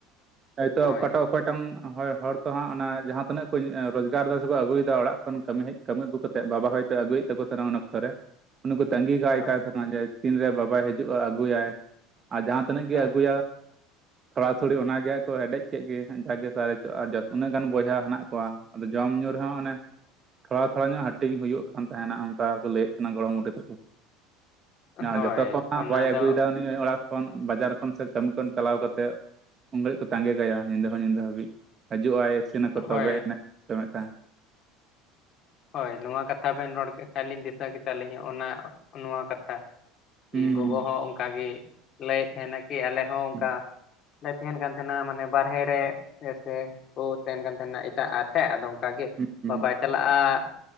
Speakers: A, on the right; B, on the left.
A: ᱦᱚᱭᱛᱳ
B: ᱦᱳᱭ
A: ᱚᱠᱟᱴᱟᱜ ᱚᱠᱚᱭᱴᱟᱜ ᱦᱚᱲ ᱛᱚ ᱦᱟᱸᱜ ᱚᱱᱟ ᱡᱟᱦᱟᱸᱛᱤᱱᱟᱹᱜ <unintelligible> ᱨᱚᱡᱜᱟᱨ ᱨᱮ ᱥᱮ ᱵᱚ ᱟᱜᱩᱭᱮᱫᱟ ᱚᱲᱟᱜ ᱠᱷᱚᱱ ᱠᱟᱹᱢᱤ ᱦᱮᱡ ᱠᱟᱹᱢᱤ ᱟᱹᱜᱩ ᱠᱟᱛᱮᱮᱫ ᱵᱟᱵᱟ ᱦᱚᱭᱛᱳ ᱟᱹᱜᱩᱭᱮᱫᱟᱠᱚ ᱛᱟᱦᱮᱱᱟ ᱩᱱ ᱚᱠᱛᱚ ᱨᱮ ᱩᱱᱤ ᱠᱚ ᱛᱟᱸᱜᱤ ᱠᱟᱭ
B: ᱦᱳᱭ
A: ᱠᱟᱭ ᱛᱟᱦᱮᱱᱟ ᱡᱮ ᱛᱤᱱ ᱨᱮ ᱵᱟᱵᱟᱭ ᱦᱤᱡᱩᱜᱼᱟ ᱟᱹᱜᱩᱭᱟᱭ ᱟᱨ ᱡᱟᱦᱟᱸ ᱛᱤᱱᱟᱹᱜ ᱜᱮ
B: ᱦᱳᱭ
A: ᱟᱹᱜᱩᱭᱟ ᱛᱷᱚᱲᱟ ᱛᱷᱲᱤ ᱚᱱᱟᱜᱮᱠᱚ ᱦᱮᱰᱮᱡ ᱠᱮᱫ ᱜᱮ ᱡᱟᱜᱮ ᱥᱟᱨᱮᱡᱚᱜᱼᱟ ᱩᱱᱟᱹᱜ ᱜᱟᱱ ᱵᱚᱭᱦᱟ ᱦᱮᱱᱟᱜᱠᱚᱣᱟ ᱟᱫᱚ ᱡᱚᱢ ᱧᱩ ᱨᱮᱦᱚᱸ ᱚᱱᱮ ᱛᱷᱚᱲᱟ ᱛᱷᱚᱲᱟ ᱧᱚᱜ ᱦᱟᱹᱴᱤᱧ ᱦᱩᱭᱩᱜ ᱠᱟᱱ ᱛᱟᱦᱮᱱᱟ ᱚᱱᱠᱟ ᱠᱚ ᱞᱟᱹᱭᱮ ᱜᱚᱲᱚᱢ ᱵᱩᱰᱷᱤ ᱛᱮᱠᱚ ᱟᱨ
B: ᱦᱳᱭ
A: ᱡᱚᱛᱚ ᱠᱚ ᱦᱟᱸᱜ
B: ᱚᱱᱟ
A: ᱵᱟᱭ
B: ᱫᱚ
A: ᱟᱹᱜᱩᱭᱮᱫᱟ ᱩᱱᱤ ᱚᱲᱟᱜ ᱠᱷᱚᱱ ᱵᱟᱡᱟᱨ ᱠᱷᱚᱱ ᱥᱮ ᱠᱟᱹᱢᱤ ᱠᱷᱚᱱ ᱪᱟᱞᱟᱣ ᱠᱟᱛᱮᱮᱫ ᱩᱱ ᱜᱷᱟᱹᱲᱤᱡ ᱠᱚ ᱛᱟᱸᱜᱮ ᱠᱟᱭᱟ ᱧᱤᱸᱫᱟᱹ ᱦᱚᱸ ᱧᱤᱸᱫᱟᱹ ᱦᱟᱹᱵᱤᱡ ᱦᱟᱡᱩᱜᱼᱟᱭ ᱤᱥᱤᱱᱟᱠᱚ
B: ᱦᱳᱭ
A: ᱛᱚᱵᱮ ᱮᱱᱟᱜ <unintelligible> ᱦᱚᱪᱚᱢᱮᱫ ᱛᱟᱦᱮᱸ
B: ᱦᱳᱭ ᱱᱚᱣᱟ ᱠᱟᱛᱷᱟ ᱵᱮᱱ ᱨᱚᱲ ᱠᱮᱫ ᱠᱷᱟᱱ ᱞᱤᱧ ᱫᱤᱥᱟᱹ ᱠᱮᱫᱟᱞᱤᱧ ᱚᱱᱟ ᱱᱚᱣᱟ ᱠᱟᱛᱷᱟ
A: ᱦᱩᱸ
B: ᱤᱧ ᱜᱚᱜᱚ ᱦᱚᱸ ᱚᱱᱠᱟᱜᱮ ᱞᱟᱹᱭᱮᱫ ᱛᱟᱦᱮᱱᱟ ᱠᱤ ᱟᱞᱮ ᱦᱚᱸ ᱚᱱᱠᱟ
A: ᱦᱩᱸ
B: ᱞᱮ ᱛᱟᱦᱮᱱ ᱠᱟᱱ ᱛᱟᱦᱮᱱᱟ ᱢᱟᱱᱮ ᱵᱟᱨᱦᱮ ᱨᱮ ᱥᱮ ᱠᱚ ᱛᱟᱦᱮᱱ ᱠᱟᱱ ᱛᱟᱦᱮᱱᱟ ᱮᱴᱟᱜ ᱟ ᱥᱮ ᱟᱫᱚ ᱚᱱᱠᱟᱜ ᱜᱮ
A: ᱦᱩᱸ ᱦᱩᱸ
B: ᱵᱟ ᱵᱟᱭ ᱪᱟᱞᱟᱜᱼᱟ